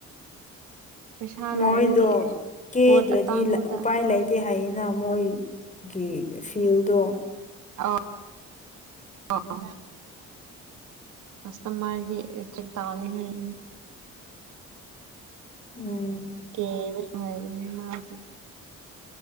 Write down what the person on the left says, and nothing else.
ꯃꯣꯏꯗꯣ
ꯀꯦꯗ꯭ꯔꯗꯤ
ꯂ- ꯎꯄꯥꯏ ꯂꯩꯇꯦ ꯍꯥꯏꯌꯦꯅ ꯃꯣꯏꯒꯤ ꯐꯤꯜꯗꯣ
ꯎꯝ